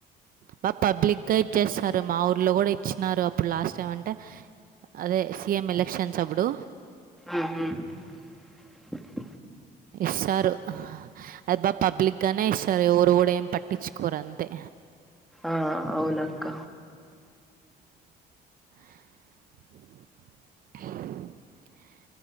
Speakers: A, on the right; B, in the centre.
A: బా పబ్లిక్ గా ఇచ్చేస్తారు. మా ఊర్లో కూడా ఇచ్చినారు. అప్పుడు లాస్ట్ టైం అంటే అదే సీఎం ఎలక్షన్స్ అప్పుడు
B: హ్
A: ఇస్తారు ఆ అది బాగా పబ్లిక్ గానే ఇస్తారు. ఎవరు కూడా ఏం పట్టించుకోరు అంతే
B: ఆ అవును ఆక్క
A: <inaudible>